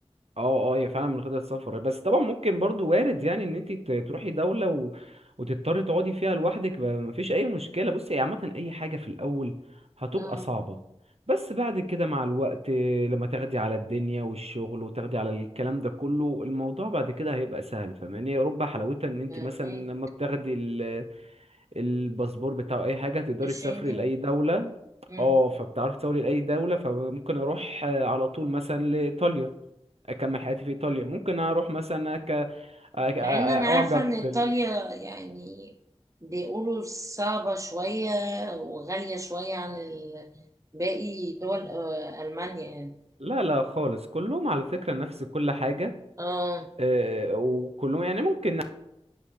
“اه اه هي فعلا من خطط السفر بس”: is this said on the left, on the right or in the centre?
Right